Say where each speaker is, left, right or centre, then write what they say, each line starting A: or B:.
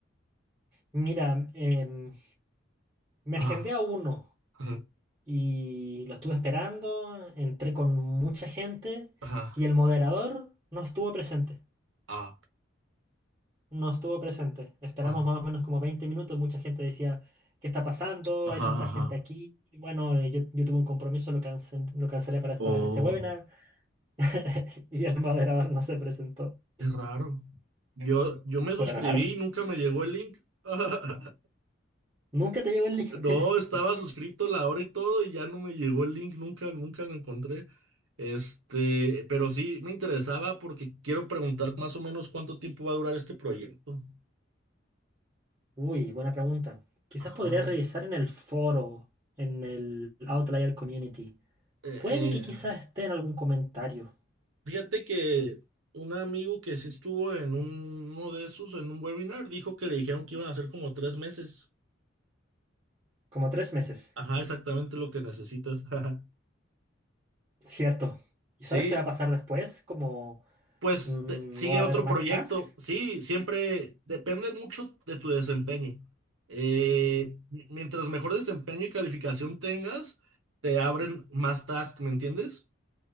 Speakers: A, on the right; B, on the right.
A: Mira, em, me
B: Ajá,
A: agendé a uno
B: ajá,
A: y lo estuve esperando, entré con mucha gente
B: ajá,
A: y el moderador no estuvo presente,
B: ah,
A: no estuvo presente. Esperamos
B: ah,
A: más o menos como 20 minutos, mucha gente decía, ¿qué está pasando?
B: ajá,
A: Hay tanta
B: ajá.
A: gente aquí. Y bueno, eh, yo, yo tuve un compromiso, lo cancel- lo cancelé para estar
B: Oh,
A: en este webinar <laughs> y el moderador no se presentó.
B: qué raro. Yo, yo me suscribí
A: Fue raro.
B: y nunca me llegó el link. <laughs>
A: Nunca te llegó el link.
B: No,
A: <laughs>
B: estaba suscrito la hora y todo y ya no me llegó el link, nunca, nunca lo encontré. Este, pero sí me interesaba porque quiero preguntar más o menos cuánto tiempo va a durar este proyecto.
A: Uy, buena pregunta. Quizás
B: Ajá.
A: podría revisar en el foro, en el Outlier Community.
B: Eh,
A: Puede
B: eh,
A: que quizás esté en algún comentario.
B: fíjate que un amigo que sí estuvo en un- uno de esos, en un webinar, dijo que le dijeron que iban a hacer como tres meses.
A: Como tres meses.
B: Ajá, exactamente lo que necesitas. <laughs>
A: Cierto. ¿Y
B: Sí,
A: sabes qué va a pasar después? Como
B: pues
A: mm,
B: te- sigue
A: no va a haber
B: otro
A: más
B: proyecto.
A: tasks.
B: Sí, siempre depende mucho de tu desempeño. Eh, mi- mientras mejor desempeño y calificación tengas, te abren más tasks, ¿me entiendes?